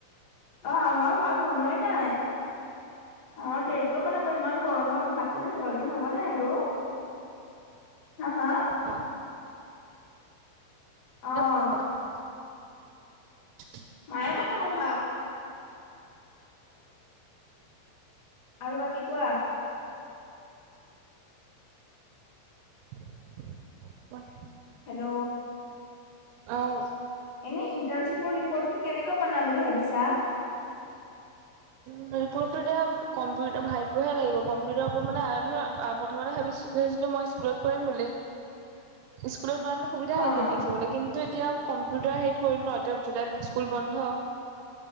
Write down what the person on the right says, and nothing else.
অ
<unintelligible> <inaudible>
<unintelligible>
অহ।
উ ৰিপটো এতিয়া কম্পিউাৰ, ভাবিবহে লাগিব। কম্পিউটাৰৰ ওপৰত মানে ধৰা প্ৰথমতে ভাবি ছিলো মই স্কুলত কৰিম বুলি। স্কুলৰ কাৰহেতেন সুবিধা
হ'লতেন লিখিবলৈ। কিন্তু এতিয়া কম্পিউটাৰ হেৰি কৰিল ন এতিয়া জুলাইত স্কুল বন্ধ।